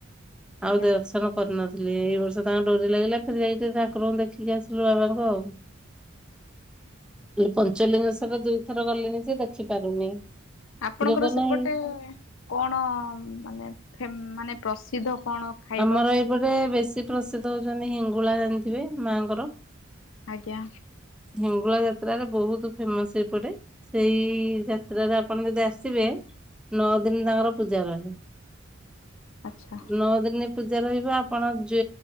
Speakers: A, on the left; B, in the centre.
A: ଆଜ୍ଞା।
B: ଆଉ ଦର୍ଶନ କରିନ ଥିଲି ଏଇ ବର୍ଷ ତାଙ୍କ ଡୋରି ଲାଗିଲା ଫେରେ ଯାଇକି ଟିକେ ଠାକୁରଙ୍କୁ ଦେଖିକି ଆସିଲୁ ବାବାଙ୍କୁ ଆଉ। ପଞ୍ଚଲିଙ୍ଗେଶ୍ୱର ଦୁଇଥର ଗଲିଣି ଯେ ଦେଖି ପାରୁନି।
A: ଆପଣଙ୍କର
B: ଯୋଗ
A: ସେପଟେ
B: ନାହିଁ।
A: କଣ ମାନେ ଫ ମାନେ ପ୍ରସିଦ୍ଧ କଣ ଖାଇବା?
B: ଆମର ଏଇପଟେ ବେଶୀ ପ୍ରସିଦ୍ଧ ହଉଛନ୍ତି ହିଙ୍ଗୁଳା ଜାଣିଥିବେ ମାଆଙ୍କର।
A: ଆଜ୍ଞା।
B: ହିଙ୍ଗୁଳା ଯାତ୍ରାରେ ବହୁତ ଫେମସ ଏଇପଟେ ସେଇ ଯାତ୍ରାରେ ଆପଣ ଯଦି ଆସିବେ। ନଅ ଦିନ ତାଙ୍କର ପୂଜା ରହେ।
A: ଆଚ୍ଛା।
B: ନଅ ଦିନ ପୂଜା ରହିବ ଆପଣ ଯେ